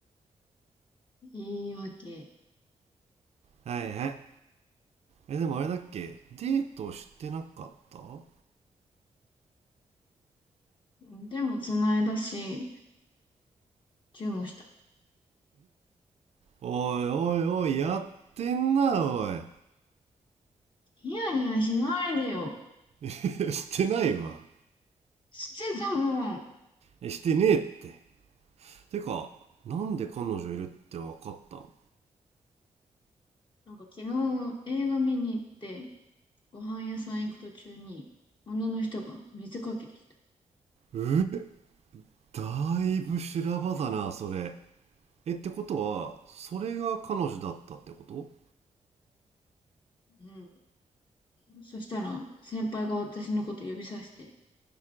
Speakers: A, on the left; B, on the right.
A: 言い訳。
B: はいはい。え、でもあれだっけデートしてなかったおい
A: うん。でも、つないだし、チューした。
B: おいおい、やってんな、おい。
A: ニヤニヤしないでよ。
B: <laughs> してないわ。
A: してたもん。
B: え、してねえって。てか、なんで彼女いるってわかったの
A: なんか昨日映画見に行って、ご飯屋さん行く途中に、女の人が水かけてきた。
B: えだいぶ修羅場だな、それ。え、ってことは、それが彼女だったってこと
A: うん。そしたら、先輩が私のこと指さして、